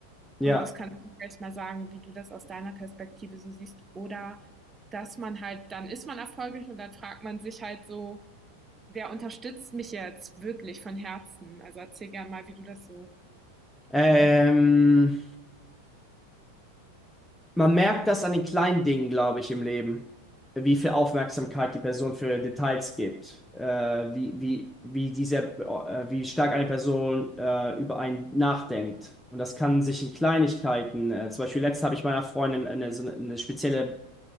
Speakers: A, in the centre; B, on the right.
A: ja.
B: Und das kannst du vielleicht mal sagen, wie du das aus deiner Perspektive so siehst. Oder dass man halt, dann ist man erfolgreich und dann fragt man sich halt so, wer unterstützt mich jetzt wirklich von Herzen? Also erzähl gerne mal, wie du das so aus
A: Ähm,
B: deiner Perspektive.
A: Man merkt das an den kleinen Dingen, glaube ich, im Leben, wie viel Aufmerksamkeit die Person für Details gibt, äh, wie, wie, wie, diese, äh, wie stark eine Person äh, über einen nachdenkt. Und das kann sich in Kleinigkeiten, äh, zum Beispiel letztens habe ich meiner Freundin eine, so eine, eine spezielle